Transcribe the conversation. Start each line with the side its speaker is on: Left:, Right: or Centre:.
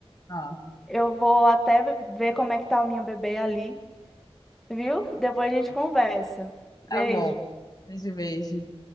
Left: Ah,
Centre: eu vou até ver como é que tá a minha bebê ali, viu? Depois a gente conversa.
Left: tá
Centre: Beijo.
Left: bom. Beijo, beijo.